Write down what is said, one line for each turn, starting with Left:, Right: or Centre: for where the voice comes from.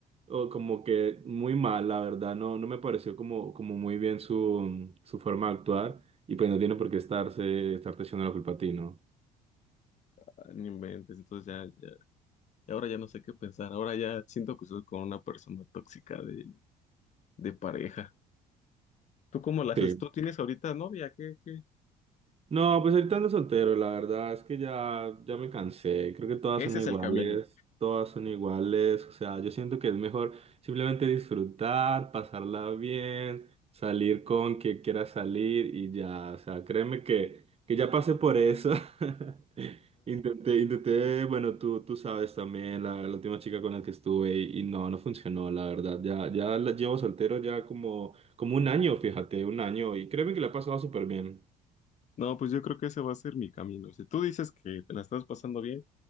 Right: o como que muy mal, la verdad, no, no me pareció como, como muy bien su, su forma de actuar y pues no tiene por qué estarse, estarte echando la culpa a ti, ¿no?
Left: ah, no inventes. Entonces ya, ya, y ahora ya no sé qué pensar. Ahora ya siento que soy con una persona tóxica de, de pareja. ¿Tú cómo la haces?
Right: Sí,
Left: ¿Tú tienes ahorita novia? ¿Qué, qué?
Right: No, pues ahorita ando soltero, la verdad es que ya, ya me cansé, creo que todas
Left: Ese
Right: son iguales,
Left: es el camino.
Right: todas son iguales, o sea, yo siento que es mejor simplemente disfrutar, pasarla bien, salir con quien quiera salir y ya, o sea, créeme que, que ya pasé por eso. <laughs> Intenté, intenté, bueno, tú, tú sabes también, la, la última chica con la que estuve y, y no, no funcionó, la verdad, ya, ya la llevo soltero ya como, como un año, fíjate, un año y créeme que la he pasado súper bien.
Left: No, pues yo creo que ese va a ser mi camino. Si tú dices que te la estás pasando bien,